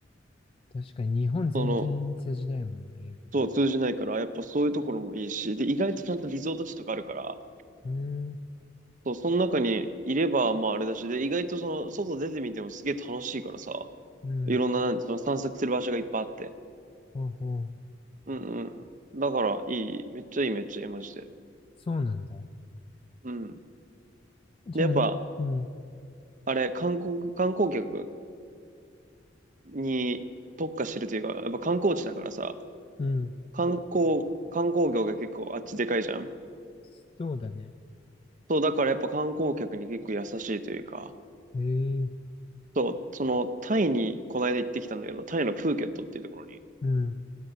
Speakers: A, on the left; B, on the right.
A: 確かに日本全然通じないもんね、
B: その、
A: 英語。
B: そう、通じないから、やっぱそういうところもいいし、で、意外とちゃんとリゾート地とかあるから、
A: うーん。
B: そう、その中にいれば、まああれだし、で、意外とその、外出てみてもすげえ楽しいからさ、
A: うん。
B: いろんな、その散策する場所がいっぱいあって。
A: ほうほう。
B: うんうん。だから、いい。めっちゃいい、めっちゃいい、マジで。
A: そうなんだ。
B: うん。
A: じゃあな。
B: で、やっぱ、
A: うん。
B: あれ、観光、観光客に特化してるというか、やっぱ観光地だからさ、
A: うん。
B: 観光、観光業が結構あっちでかいじゃん。
A: そうだね。
B: そう、だからやっぱ観光客に結構優しいというか、
A: ええ、
B: そう、その、タイにこの間行ってきたんだけど、タイのプーケットっていうところに、
A: うん、